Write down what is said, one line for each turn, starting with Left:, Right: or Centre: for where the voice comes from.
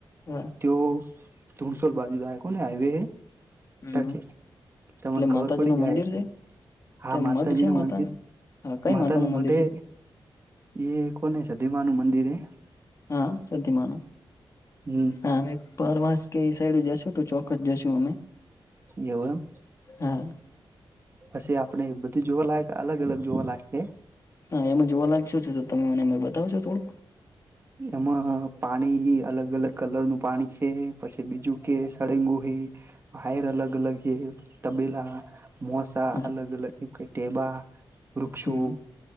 Left: હા
Right: તેઓ ધુણસોલ બાજુ જાય હાકો <unintelligible> ને હાઇવે
Left: હમ
Right: પછી તમને
Left: એટલે
Right: ખબર
Left: માતાજી
Right: પડી
Left: નું
Right: જાહે.
Left: મંદિર છે
Right: હા
Left: ત્યાં
Right: માતાજી
Left: મઢ છે
Right: નું
Left: માતાનું
Right: મંદિર
Left: હા કઈ
Right: માતા નું
Left: મંદિર
Right: મઢે.
Left: છે
Right: એ કોને સધીમા નું મંદિર એ
Left: હા સધીમાનું
Right: હમ
Left: હા પરવાસ કે સાઈડ જશું તો ચોક્કસ જશું અમે
Right: એવું એમ!
Left: હા
Right: પછી આપણે બધું જોવાલાયક અલગ અલગ જોવાલાયક છે.
Left: હા એમે જોવા લાગશો છ તમે મને બતાવશો થોડું?
Right: એમાં પાણી અલગ અલગ કલર નું પાણી છે પછી બીજું કે સળેંગુહે. વાયર અલગ અલગ હે તબેલા. મોસા
Left: હા
Right: અલગ અલગ કેમ કે ટેબા વૃક્ષો.
Left: હમ